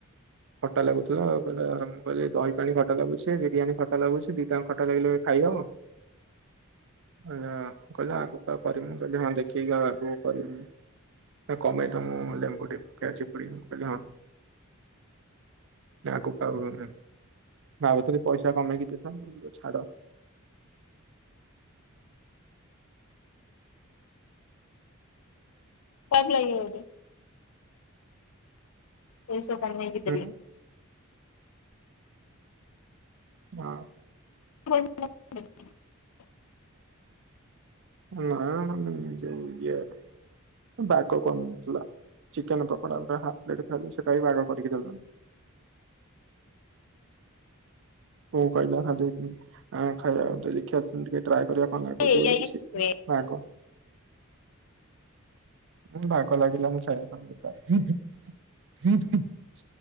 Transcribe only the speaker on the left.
ଖରାପ ଲାଗିବ ଗୋଟେ। ଏସବ ତା ନେଇକି ଦେଲେ
<unintelligible>
ଏଇଆ
ହିଁ
ହୁଏ